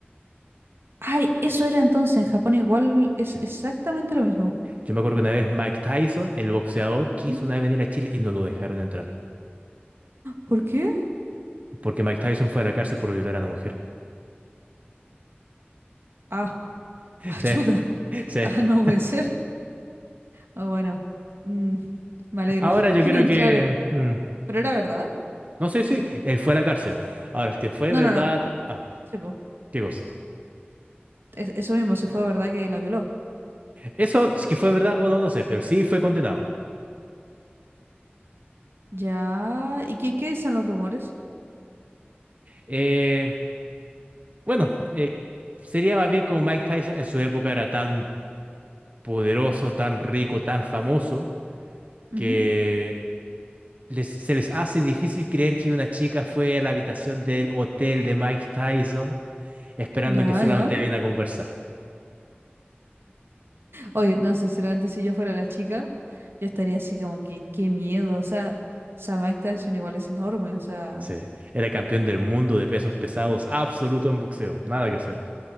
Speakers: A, on the right; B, on the right.
A: Ay, eso era entonces. En Japón igual es
B: Sí.
A: exactamente lo mismo.
B: Yo me acuerdo que una vez Mike Tyson, el boxeador, quiso
A: Ujú.
B: una vez venir a Chile y no lo dejaron entrar.
A: ¿Por qué?
B: Porque Mike Tyson fue a la cárcel por violar a una mujer.
A: Ah, <laughs>
B: <laughs>
A: ayuda.
B: Sí, sí.
A: Ah, no puede ser. Ah, bueno. Mm, me alegro
B: Ahora
A: <laughs>
B: yo
A: que
B: creo
A: no entrara.
B: que... mm,
A: ¿Pero era verdad?
B: no sé si él fue a la cárcel. Ahora, es que fue
A: No,
B: verdad...
A: no, no.
B: Ah,
A: Sí, po.
B: qué cosa.
A: Es- eso mismo, si fue verdad que la violó.
B: Eso, es que fue verdad o no, no sé, pero sí fue condenado.
A: Ya. ¿Y qué, qué dicen los rumores?
B: Eh, bueno, eh, sería más bien como Mike Tyson en su época era tan poderoso, tan rico, tan famoso,
A: Ujú.
B: que les- se les hace difícil creer que una chica fue a la habitación del hotel de Mike Tyson esperando
A: Ya,
B: que solamente
A: ya.
B: viniera a conversar.
A: Oye, no, sinceramente, si yo fuera la chica, yo estaría así como que, qué miedo. O sea, o sea, Mike Tyson igual es enorme. O sea,
B: Sí, era campeón del mundo de pesos pesados, absoluto en boxeo, nada que hacer.